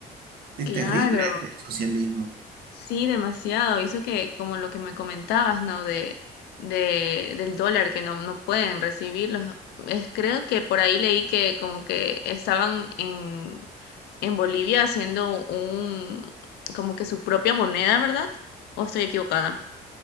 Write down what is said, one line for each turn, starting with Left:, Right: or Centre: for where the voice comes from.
Right: Es
Left: Claro,
Right: terrible el socialismo.
Left: sí, demasiado. Y eso que, como lo que me comentabas, ¿no? De, de, del dólar que no, no pueden recibirlos. Es, creo que por ahí leí que como que estaban en, en Bolivia haciendo un, como que su propia moneda, ¿verdad? ¿O estoy equivocada?